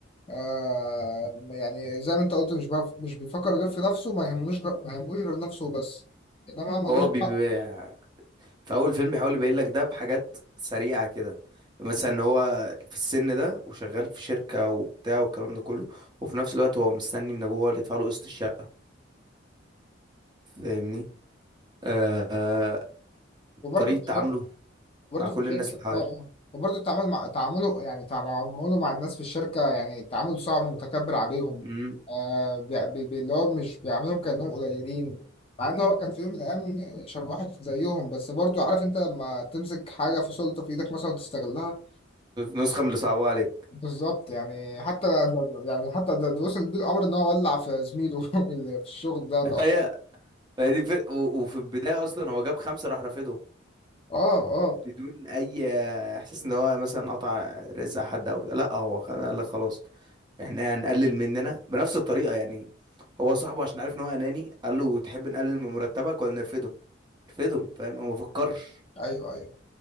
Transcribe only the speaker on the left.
آه يعني زي ما انت قلت مش بف... مش بيفكر غير في نفسه ما يهمنوش غ... ما يهموش غير نفسه بس انما ملوش
دعوة.
وبرضه
في الشركه
وبرضه
في الشركه
اه اه وبرضه التعامل مع تعامله يعني تعامله مع الناس في الشركه يعني تعامل صعب ومتكبر عليهم
آه بي... بي... بي- اللي هو مش بيعاملهم كانهم قليلين مع ان هو كان في يوم من الايام شبه واحد زيهم بس برضه عارف انت لما تمسك حاجه في سلطه في ايدك مثلا وتستغلها
بالظبط يعني حتى يعني حتى ده ده وصل بيه الامر ان هو ولع في زميله <laughs> اللي في الشغل ده اللي-
اه اه
ايوه ايوه